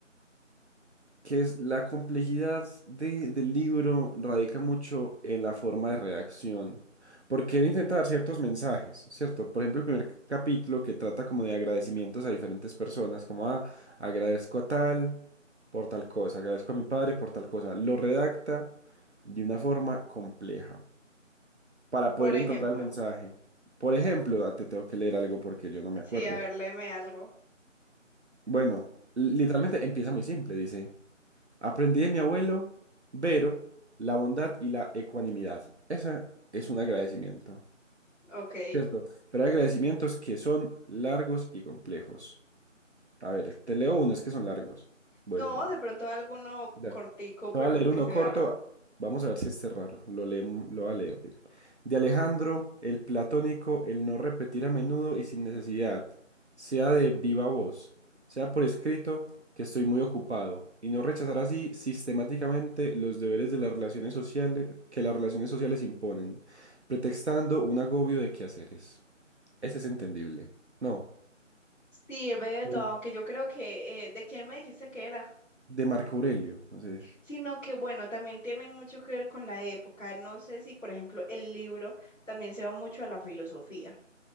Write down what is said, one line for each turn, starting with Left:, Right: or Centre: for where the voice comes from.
Right: que es la complejidad de- del libro radica mucho en la forma de redacción, porque él intenta dar ciertos mensajes, ¿cierto? Por ejemplo, el primer c- capítulo que trata como de agradecimientos a diferentes personas, como, ah, agradezco a tal por tal cosa, agradezco a mi padre por tal cosa, lo redacta de una forma compleja para poder
Left: Por ejemplo,
Right: encontrar el mensaje. Por ejemplo, ah, te tengo que leer algo porque yo no me
Left: sí,
Right: acuerdo.
Left: a ver, léeme algo.
Right: Bueno, literalmente empieza muy simple, dice. Aprendí de mi abuelo, Vero, la bondad y la ecuanimidad. Esa es un agradecimiento,
Left: Ok.
Right: ¿cierto? Pero hay agradecimientos que son largos y complejos. A ver, te leo unos que son largos. Bueno,
Left: No, de pronto alguno
Right: va.
Left: cortico,
Right: Te
Left: pero
Right: voy a leer
Left: que
Right: uno
Left: se
Right: corto.
Left: vea raro.
Right: Vamos a ver si este es raro. Lo leem- lo voy a leer. dice. De Alejandro, el platónico, el no repetir a menudo y sin necesidad, sea de viva voz, sea por escrito, que estoy muy ocupado, y no rechazar así sistemáticamente los deberes de las relaciones sociales que las relaciones sociales imponen, pretextando un agobio de quehaceres. Ese es entendible. No,
Left: Sí, en medio de
Right: Sí.
Left: todo, aunque yo creo que, eh, ¿de quién me dijiste que era?
Right: de Marco Aurelio. No sé.
Left: Sino que, bueno, también tiene mucho que ver con la época. No sé si, por ejemplo, el libro también se va mucho a la filosofía.